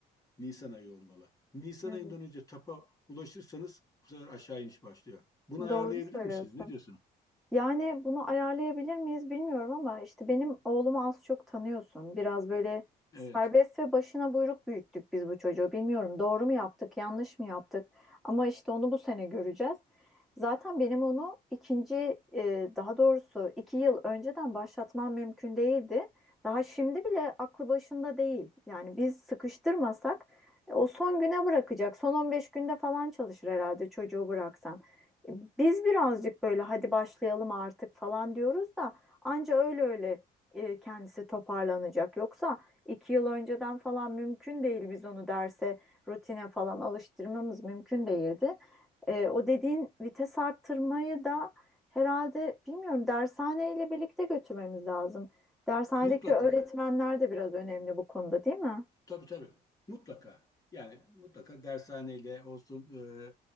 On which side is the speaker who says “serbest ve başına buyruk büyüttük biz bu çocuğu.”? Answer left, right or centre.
Centre